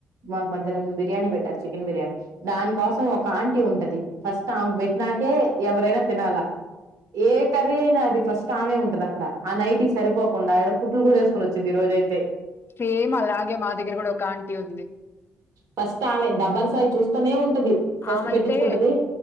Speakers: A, on the right; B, on the left.
A: మాకు మధ్యాహనం బిర్యానీ పెట్టారు చికెన్ బిర్యానీ దానికోసం ఒక ఆంటీ ఉంటది ఫస్ట్ ఆమెకు పెట్ నాకే ఎవరైనా తినాలా ఏ కర్రీ అయినా అది ఫస్ట్ ఆమె ఉంటది అక్కడ ఆ నైట్ సరిపోకుండా ఆక్కడ కుట్లు కూడా వేసుకొని వచ్చింది ఈ రోజైతే
B: సేమ్ అలాగే మా దగ్గర కూడా ఒక ఆంటీ ఉంది
A: ఫస్ట్ ఆమె దబ్బరు సాయి చూస్తానే ఉంటది ఫస్ట్
B: ఆమైతే
A: పెట్టించుకుంటది